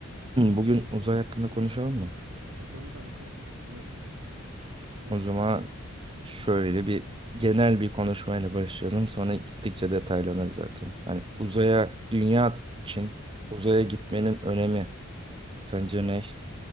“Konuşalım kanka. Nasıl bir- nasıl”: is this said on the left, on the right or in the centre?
Right